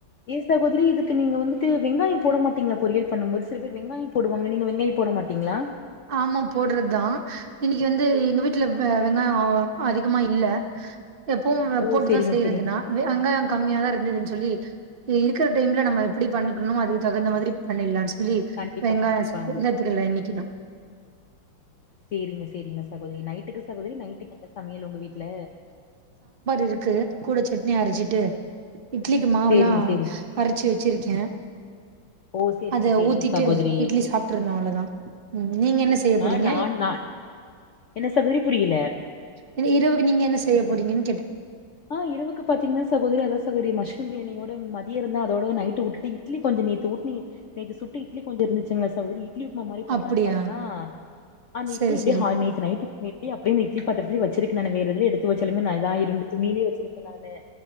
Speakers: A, on the left (about 65°); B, on the right (about 70°).
A: ஏ சகோதரி இதுக்கு நீங்க வந்துட்டு வெங்காய போட மாட்டீங்ளா பொரியல் பண்ணும் போது சில பேர் வெங்காய போடுவாங்க நீங்க வெங்காய போட மாட் டிங்ளா
B: ஆமா போடுறது தா இன்னிக்கு வந்து எங்க வீட்ல வெ வெங்காய அதிகமா இல்ல எப்பவு
A: ஓ
B: போட்டுதா
A: சேரிங்க
B: செய்றது
A: சேரிங்க
B: நா வெ வெங்காய கம்மியா தா ந்தது சொல்லி ப இருக்கிற டைம்ல நம்ம எப்டி பண்ணிக்கணுமோ அதுக்கு தகுந்த மாதிரி பண்ணிடலானு சொ ல்லி
A: கண்டிப்பா
B: வெங்காய
A: கண்டிப்பா
B: <unintelligible> இண்ணக்கிதா
A: சேரிங்க சேரிங்க சகோதரி நைட்டுக்கு சகோதரி நைட்டுக்கு என்ன சமையல் ஒங்க வீட்ல
B: இதுக்கு கூட சட்னி அரச்சுட்டு இட்லிக்கு மாவுல்லா
A: சேரிங்க சேரி
B: அரச்சு வச்சுருக்கே
A: ஓ சேரிங்க
B: அத
A: சேரிங்க
B: ஊத்திட்டு
A: சகோதரி
B: இட்லி சாப்ட்ரனு அவ்ளோதா ம் நீங்க என்ன செய்ய போறீங்க
A: ஆ நான் நா என்ன சகோதரி புரியல
B: இன்ன இரவுக்கு நீங்க என்ன செய்ய போறீங்கன்னு கேட்
A: ஆ இரவுக்கு பாத்தீங்னா சகோதரி அதா சகோரி மஷ்ரூம் பிரியாணியோட மதியரந்தா அதோட நைட்டு வுட்டுட்டு இட்லி கொஞ்ச நேத்து ஊட்னியே நேத்து சுட்ட இட்லி கொஞ்ச இருந்துச்சுங்களா சவுரி இட்லி உப்மா மாரி பண்லானு
B: அப்டியா
A: பாத்தனா அந்த
B: செரி
A: இட்லி எப்டி
B: செரி
A: ஹா நேத்து நைட்டு அந்த இட்லி அப்டியே பாத்துரத்துல வச் திருக்கு நானு வேற எதுல எடுத்து வச்சாலுமே நான் இது ஆயிருன்டு துணிலயே வச்சுருப்பே நானு